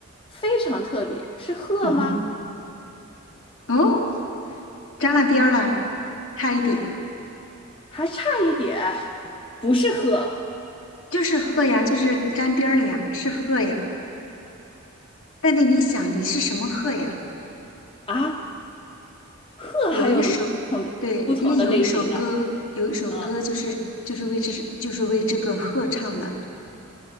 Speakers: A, on the left; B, on the left.
A: 非常特别，是鹤吗？
B: 嗯哼，哦，沾了边儿了，差一点，
A: 还差一点，不是鹤
B: 就是鹤呀，就是沾边儿了呀，是鹤呀，但得你想的是什么鹤呀？
A: 啊，鹤还有不同的不同的类型的，
B: 有一首，对，因为有一首歌，有一首歌就是就是为这就是为这个鹤唱的。
A: 嗯，